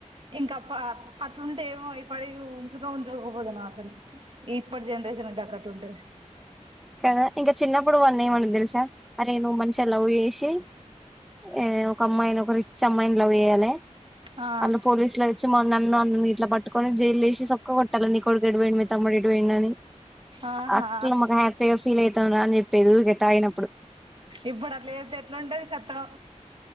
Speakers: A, on the right; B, in the centre.
A: ఇంకా పా కట్ అట్లుంటే ఏమో ఇప్పటి ఉంచులో ఉంచుకోకపోతనో అసలు ఇప్పటి జనరేషన్ తగ్గట్టుంటే,
B: కదా ఇంకా చిన్నప్పుడు వన్నెమను తెలుసా అరే నువ్వు మంచిగా లవ్ చేసి ఏ ఒక అమ్మాయిని ఒక రిచ్ అమ్మాయిని లవ్ చేయ్యాలే,
A: ఆ
B: ఆళ్ల్లు పోలీసులు అయి వచ్చి మొన్న నన్ను ఇట్లా పట్టుకొని జైలు ఏసి సొక్క కొట్టాలి నీ కొడుకు ఎటు పోయిండు మీ తమ్ముడు ఎటు పోయిండు అని
A: ఆహా
B: అట్లా మాకు హ్యాపీగా ఫీల్ అయితాం రా అని చెప్పేది ఊకె తాగినప్పుడు
A: ఇప్పుడు అట్లా చేస్తే ఎట్లుంటది సక్కగా